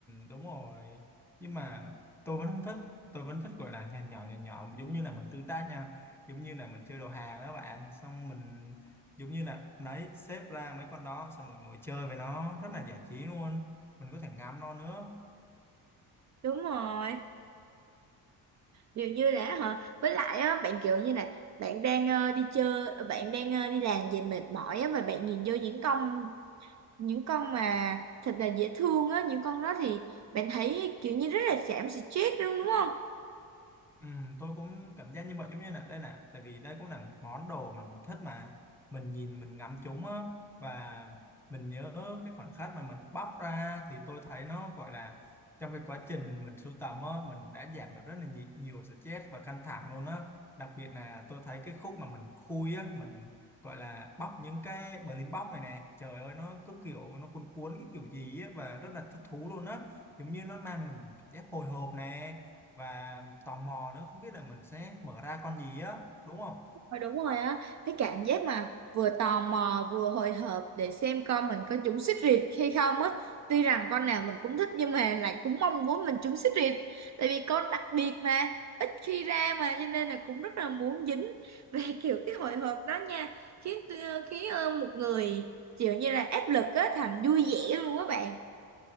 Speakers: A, in the centre; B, on the right (about 45°).
A: đúng rồi. Nhưng mà tôi vẫn không thích. Tôi vẫn thích gọi là nhà nhỏ nhà nhỏ giống như là mình tương tác nha. Giống như là mình chơi đồ hàng đó bạn. Xong mình giống như là đấy xếp ra mấy con đó xong rồi ngồi chơi với nó rất là giải trí luôn. Mình có thể ngắm nó nữa.
B: đúng rồi Điều như là hả? Với lại á, bạn kiểu như này, bạn đang ờ, đi chơi, ờ, bạn đang ờ, đi làm về mệt mỏi á và bạn nhìn vô những con những con mà thật là dễ thương á, những con đó thì bạn thấy kiểu như rất là giảm stress đúng đúng không?
A: Ừ, tôi cũng cảm giác như vậy giống như là đây nè tại vì đây cũng là món đồ mà mình thích mà mình nhìn mình ngắm chúng á và mình nhớ cái khoảnh khắc mà mình bóc ra thì tôi thấy nó gọi là trong cái quá trình mình sưu tầm á mình đã giảm được rất là nhiều, nhiều stress và căng thẳng luôn á đặc biệt là tôi thấy cái khúc mà mình khui á mình gọi là bóc những cái Berlin box này nè trời ơi nó cứ kiểu nó cuốn cuốn cái kiểu gì á và rất là thích thú luôn á giống như nó mang mình cảm giác hồi hộp nè và tò mò nữa không biết là mình sẽ mở ra con gì á đúng không
B: Ờ, đúng rồi á, cái cảm giác mà vừa tò mò vừa hồi hộp để xem con mình có trúng xích riệt hay không á. Tuy rằng con nào mình cũng thích nhưng mà lại cũng mong muốn mình trúng xích riệt. Tại vì con đặc biệt mà, ít khi ra mà cho nên là cũng rất là muốn dính. Về <laughs> kiểu cái hồi hộp đó nha, khiến ờ, khiến ờ, một người kiểu như là áp lực á thành vui vẻ luôn á bạn.